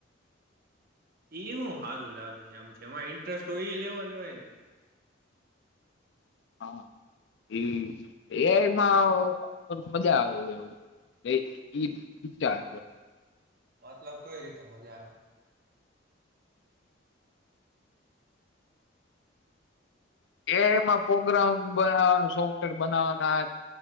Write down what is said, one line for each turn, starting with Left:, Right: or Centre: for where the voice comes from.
Right: એ હું સારું લાગે આમ છે એમાં ઇન્ટરેસ્ટ હોય એ લેવાની હોય ને
Left: હા એ એમાં થ મજા આવે છે એવચાર
Right: મતલબ કઈ રીતે મજા આવે
Left: એ એમાં પ્રગ્રામ બનાવવાનું સોફ્ટવેર બનાવવાના